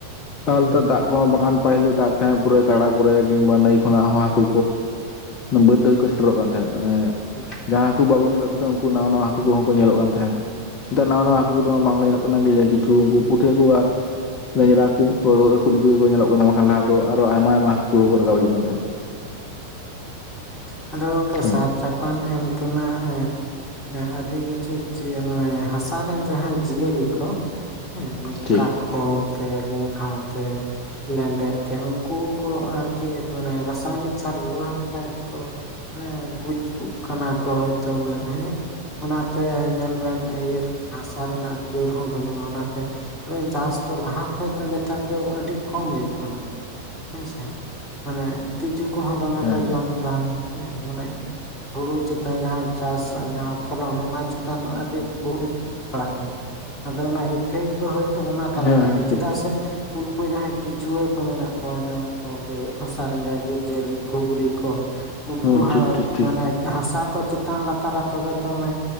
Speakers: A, on the left (about 35°); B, on the left (about 20°).
A: ᱛᱟᱦᱚᱞᱮ
B: ᱦᱩᱸ
A: ᱫᱟᱜ ᱠᱚᱦᱚᱸ ᱵᱟᱝᱠᱷᱟᱱ ᱯᱟᱹᱦᱤᱞ ᱫᱚ ᱫᱟᱜ ᱛᱟᱦᱮᱸᱫ ᱯᱩᱨᱟᱹ ᱠᱟᱲᱟ ᱠᱚᱨᱮ ᱠᱤᱝᱵᱟ ᱱᱟᱹᱭ ᱠᱷᱚᱱᱟᱜ ᱦᱚᱸ ᱦᱟᱹᱠᱩ ᱵᱟᱹᱫᱽ ᱫᱷᱟᱹᱵᱤᱡ ᱠᱚ ᱥᱮᱴᱮᱨᱚᱜ ᱠᱟᱱ ᱛᱟᱦᱮᱸᱫ
B: ᱦᱩᱸ ᱦᱩᱸ
A: ᱡᱟᱦᱟᱸᱭ ᱠᱚ ᱵᱟᱵᱩᱱ ᱧᱮᱞ ᱟᱠᱟᱫ ᱠᱚ ᱛᱟᱦᱮᱸᱫ ᱩᱱᱠᱩ ᱱᱟᱣᱟ ᱱᱟᱣᱟ ᱦᱟᱹᱠᱩ ᱠᱚ ᱦᱚᱸᱠᱚ ᱧᱮᱞᱚᱜ ᱠᱟᱱ ᱛᱟᱦᱮᱸᱜ, ᱱᱮᱛᱟᱨ ᱱᱟᱣᱟ
B: ᱦᱩᱸ
A: ᱦᱟᱹᱠᱩ ᱠᱚᱫᱚ ᱵᱟᱝ ᱧᱮᱞᱚᱜ ᱠᱟᱱᱟ ᱾ ᱯᱚᱱᱟᱜᱮ ᱡᱟᱠᱤᱪᱷᱩ ᱩᱱᱠᱩ ᱯᱩᱴᱷᱤ ᱦᱟᱹᱠᱩ ᱟᱨ ᱞᱮᱸᱡᱨᱟ ᱦᱟᱠᱩ ᱱᱩᱠᱩ ᱜᱮᱠᱚ ᱧᱮᱞᱚᱜ ᱠᱟᱱᱟ ᱵᱟᱝᱠᱷᱟᱱ ᱞᱟᱦᱟ ᱫᱚ, ᱟᱨᱚ ᱟᱭᱢᱟ ᱟᱭᱢᱟ ᱦᱟᱹᱠᱩ ᱠᱚᱠᱚ ᱨᱟᱠᱟᱵ ᱦᱤᱡᱩᱜ ᱠᱟᱱ ᱛᱟᱦᱮᱸᱱ ᱾
B: ᱦᱩᱸ ᱟᱫᱚ ᱜᱚᱝᱠᱮ
A: ᱦᱮᱸ
B: ᱥᱟᱨ ᱪᱟᱯᱟᱱ ᱮᱢ ᱛᱮᱢᱟ ᱦᱮ ᱟᱹᱰᱤ ᱠᱤᱪᱷᱩ ᱪᱮ ᱢᱟᱱᱮ ᱦᱟᱥᱟᱨᱮᱱ ᱡᱟᱦᱟᱸᱭ ᱡᱤᱭᱟᱹᱞᱤ ᱠᱚ ᱦᱮᱸ ᱱᱩᱠᱩ
A: ᱴᱷᱤᱠ
B: ᱠᱟᱴᱠᱚᱢ ᱛᱮ ᱜᱩᱜᱷᱟ ᱛᱮ ᱞᱮᱱᱰᱮᱫ ᱛᱮ ᱩᱱᱠᱩ ᱠᱚ ᱟᱨᱠᱤ ᱢᱟᱱᱮ ᱨᱟᱥᱟᱭᱱᱤᱠ ᱥᱟᱨ ᱵᱮᱵᱚᱦᱟᱨ ᱞᱮᱠᱷᱟᱡ ᱠᱚ ᱜᱩᱡᱩᱜ ᱠᱟᱱᱟ ᱠᱚ ᱦᱚᱭᱛᱳ ᱩᱱᱟᱹᱜ ᱦᱮᱸ ᱚᱱᱟᱛᱮ ᱧᱮᱞ ᱵᱮᱱ ᱤᱭᱟᱹ ᱦᱟᱥᱟ ᱨᱮᱱᱟᱜ ᱡᱳᱨ ᱦᱚᱸ ᱵᱟᱹᱱᱩᱜ-ᱟ ᱚᱱᱟᱛᱮ ᱾ ᱪᱟᱥ ᱫᱚ ᱞᱟᱦᱟ ᱠᱷᱚᱡ ᱫᱚ ᱱᱮᱛᱟᱨ ᱫᱚ ᱟᱹᱰᱤ ᱠᱚᱢ ᱦᱩᱭᱩᱜ ᱠᱟᱱᱟ ᱾ ᱦᱮᱸᱥᱮ ᱢᱟᱱᱮ ᱛᱤᱡᱩ ᱠᱚᱦᱚᱸ ᱫᱚᱢᱮ
A: ᱦᱮᱸ
B: ᱠᱚ ᱡᱚᱢᱫᱟ
A: ᱦᱮᱸ
B: ᱦᱮᱸ ᱢᱟᱱᱮ ᱦᱩᱲᱩ ᱪᱮᱛᱟᱱ ᱡᱟᱦᱟᱸ ᱪᱟᱥ ᱡᱟᱦᱟᱸ ᱯᱷᱚᱞᱚᱱ ᱚᱱᱟ ᱪᱮᱛᱟᱱ ᱟᱹᱰᱤ ᱵᱚᱦᱩᱛ ᱯᱟᱲᱟᱜ ᱠᱟᱱᱟ, ᱟᱫᱚ ᱚᱱᱟ ᱤᱯᱷᱮᱠᱴ ᱫᱚ ᱦᱚᱭᱛᱳ ᱚᱱᱟ ᱠᱟᱨᱚᱱ
A: ᱦᱮᱸ
B: ᱛᱮᱜᱮ
A: ᱦᱮᱸ ᱴᱷᱤᱠ
B: ᱪᱮᱫᱟᱜ
A: ᱴᱷᱤᱠ
B: ᱥᱮ, ᱩᱱᱠᱩ ᱡᱟᱦᱟᱸᱭ ᱠᱤᱪᱩᱣᱟᱹ ᱠᱚ ᱢᱮᱱᱟᱜ ᱠᱚᱣᱟ ᱡᱟᱦᱟᱸ ᱠᱚ ᱞᱟᱹᱭ ᱦᱟᱥᱟ ᱨᱮᱱ ᱡᱟᱦᱟᱸᱭ ᱡᱤᱵᱽ᱾ ᱡᱤᱭᱟᱹᱞᱤ ᱠᱷᱩᱜᱽᱨᱤ ᱠᱚ ᱩᱱᱠᱩ
A: ᱦᱮᱸ
B: ᱦᱚᱸ
A: ᱴᱷᱤᱠ ᱴᱷᱤᱠ ᱴᱷᱤᱠ
B: ᱢᱟᱱᱮ ᱦᱟᱥᱟ ᱠᱚ ᱪᱮᱛᱟᱱ ᱞᱟᱛᱟᱨᱟ ᱛᱚᱵᱮ ᱛᱚ ᱚᱱᱮ